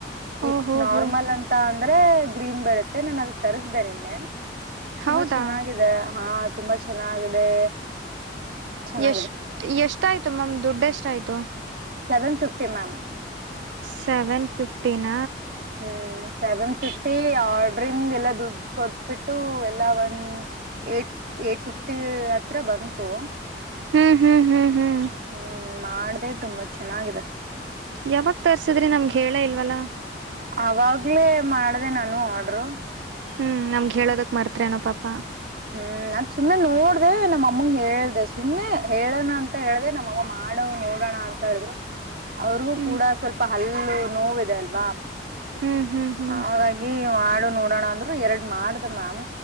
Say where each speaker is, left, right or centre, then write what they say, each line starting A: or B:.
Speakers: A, on the right; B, on the right.
A: ಓಹೋ
B: ಇಫ ನಾರ್ಮಲ್
A: ಹೋ
B: ಅಂತ ಅಂದ್ರೆ ಗ್ರೀನ್ ಬರುತ್ತೆ ನಾನು ಅದು ತರಿಸ್ದನೆ ನಿನ್ನೆ
A: ಹೌದಾ
B: ತುಂಬಾ ಚೆನ್ನಾಗಿದೆ ಹಾ ತುಂಬಾ ಚೆನ್ನಾಗಿದೆ ಚೆನ್ನಾಗಿದೆ
A: ಎಷ್ಟ- ಎಷ್ಟ ಆಯ್ತು ಮ್ಯಾಮ್ ದುಡ್ಡ ಎಷ್ಟ ಆಯ್ತು
B: ಸೆವೆನ್ ಫಿಫ್ಟಿ ಮಾಮ್
A: ಸೆವೆನ್ ಫಿಫ್ಟಿನ
B: ಹ್ಮ್ ಸೆವೆನ್ ಫ್ರೆಂಡ್ ಎಲ್ಲ ದುಡ್ಡು ಕೊಟ್ಬಿಟ್ಟು ಎಲ್ಲ ಒಂದ ಏಟ್ ಏಟ್ ಫಿಫ್ಟಿ ಹತ್ರ ಬಂತು
A: ಹ್ಮ್ ಹ್ಮ್ ಹ್ಮ್ ಹ್ಮ್
B: ಹ್ಮ್ ಮಾಡ್ದೆ ತುಂಬಾ ಚೆನ್ನಾಗಿದೆ
A: ಯಾವಾಗ ತರ್ಸಿದ್ರಿ ನಮ್ಗೆ ಕೇಳ ಇಲ್ವಲ್ಲ
B: ಅವಾಗ್ಲೇ ಮಾಡ್ದ ನಾನು ಆರ್ಡರು
A: ಹ್ಮ್ ನಮ್ಗೆ ಹೇಳೋದಕ್ ಮರ್ತ್ನೋ ಪಾಪ
B: ಹ್ಮ್ ನನ್ ಸುಮ್ನೆ ನೋಡ್ದೆ ನಮ್ಮ ಅಮ್ಮಂಗ ಹೇಳ್ದ ಸುಮ್ನೆ ಹೇಳೋಣ ಅಂತ ಹೇಳ್ದೆ ನಮ್ಮಮ್ಮ ಮಾಡವ ನೋಡೋಣ ಅಂತ ಹೇಳಿದ್ರು ಅವ್ರಿಗೂ
A: ಹ್ಞೂ
B: ಕೂಡ ಸ್ವಲ್ಪ ಹಲ್ಲ ಎಲ್ಲೂ ನೋವಿದೆ ಅಲ್ವಾ
A: ಹ್ಞೂ ಹ್ಞೂ ಹ್ಞೂ
B: ಹಾಗಾಗಿ ಮಾಡು ನೋಡೋಣ ಅಂದ್ರು ಎರಡ್ ಮಾಡ್ದ ಮ್ಯಾಮ್